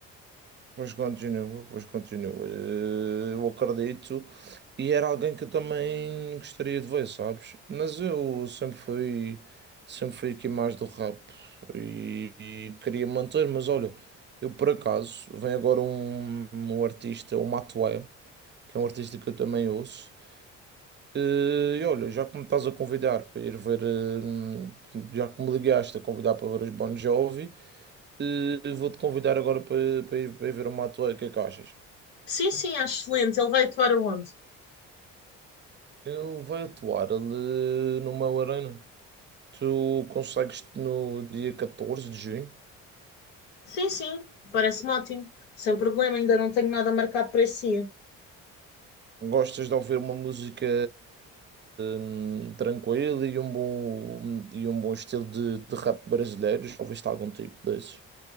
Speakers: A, on the right (about 30°); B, on the left (about 85°).
A: Pois continua, pois continua. Eh, Eu acredito. E era alguém que eu também gostaria de ver, sabes? Mas eu sempre fui, sempre fui aqui mais do rap e, e queria manter, mas olha, eu por acaso, vem agora um, um artista, o Matuê, que é um artista que eu também ouço. Eh, E olha, já que me estás a convidar para ir ver, eh, já que me ligaste a convidar para ver os Bon Jovi, eh, vou-te convidar agora para, para ir, para ir ver o Mato O que é que achas?
B: Sim, sim, acho excelente. Ele vai atuar aonde?
A: Ele vai atuar ali no meu Arena. Tu consegues no dia catorze de junho?
B: Sim, sim, parece-me ótimo. Sem problema, ainda não tenho nada marcado para esse dia.
A: Gostas de ouvir uma música hum, tranquila e um bom, e um bom estilo de, de rap brasileiro? Já ouviste algum tipo desses?